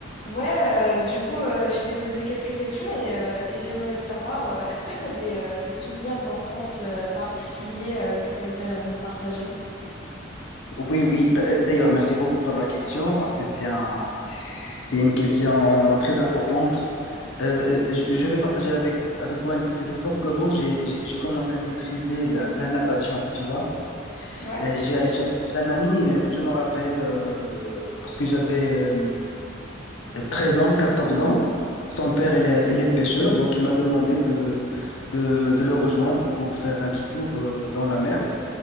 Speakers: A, on the left (about 35°); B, on the left (about 85°).
A: Ouais, euh, du coup, euh, je t'ai posé quelques questions et, euh, et j'aimerais savoir, euh, est-ce que tu as des, euh, des souvenirs d'enfance euh, particuliers euh, que tu aimerais me partager?
B: Oui, oui. D- euh, D'ailleurs, merci beaucoup pour la question parce que c'est un, c'est une question très importante. Euh, euh, je je vais partager avec, avec toi une petite histoire. Comment j'ai j'ai- j'ai commencé à maîtriser la, la natation, tu vois.
A: Ouais,
B: Euh, J'ai j'ai- j'ai un ami, euh, je me rappelle, euh, lorsque j'avais euh, euh, 13 ans, quatorze ans, son père, il est, il est pêcheur, donc il m'a demandé de, de, de le rejoindre pour faire un petit tour euh, dans la mer.